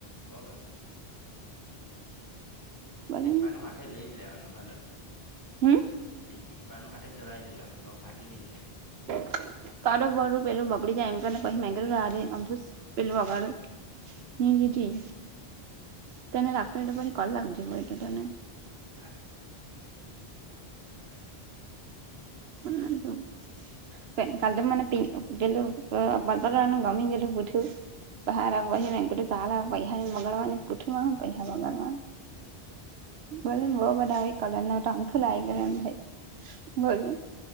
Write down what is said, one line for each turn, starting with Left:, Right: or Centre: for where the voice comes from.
Left: બો.. વ
Right: બને
Left: એક પાનું હાથે લઈ જ લેવાનું હાલ
Right: હમ
Left: એક-એક, પાનું હાથે ચઢાઈ જ દેવાનું તો ફાટી નિ જાય એમ,
Right: <inaudible> કાતો બધું પેલું બગડી જાય એમ કરીને પસી મે કરું રાદે અમથું પેલું વગાડ, હ જીજી તને લાગતું ઓયતો પછી કલ લાખ જે પહિ તો તને,
Left: ચાલ બધ આ
Right: <inaudible> પ કાલ તો મને પે પેલું બ બલપન નું ગમી ગેલુ પુઠું. પણ હારા પહિ મે કયરુ ચાલ અવે પૈહા ને મંગળવાર ને બુધવાર ને પૈહા ની બગાડવાની.
Left: એજ તો.
Right: બોલની બો બધા એ કલર ના ઉતા અમથું લાવાય ગીયુ એમ થાય, બોલની.